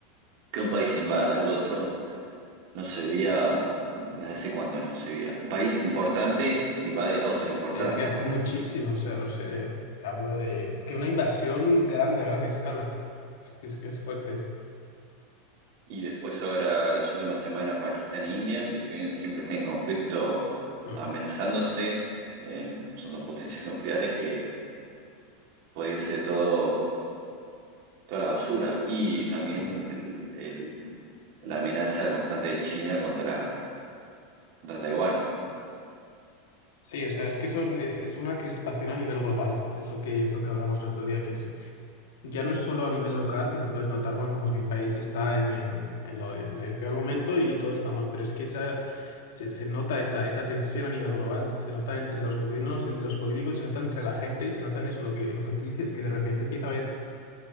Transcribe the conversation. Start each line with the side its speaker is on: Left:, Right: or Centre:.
Right: que un país invada al otro no se veía desde hace cuándo no se veía. Un país importante invade a otro importante.
Left: Sí, sí, hace muchísimo, o sea, no sé, te hablo de... Es que una invasión grande a gran escala, es, es que es fuerte.
Right: Y después ahora las últimas semanas Pakistán e India, que si bien siempre están en conflicto
Left: Mm,
Right: amenazándose, eh, son dos potencias <laughs> nucleares que puede irse todo, toda la basura. Y también
Left: mm.
Right: el, el- la amenaza constante de China contra, contra Taiwán,
Left: Sí, o sea, es que son, eh, es una crispación a nivel global, es lo que, es lo que hablamos el otro día, que es, ya no es solo a nivel local que tú puedes notar, bueno, pues mi país está en, en- en lo- en el peor momento y todo está mal, pero es que esa, se, se nota esa, esa tensión a nivel global, se nota entre los gobiernos, entre los políticos, se nota entre la gente y se nota en eso, lo que, lo que tú dices, que de repente empieza a haber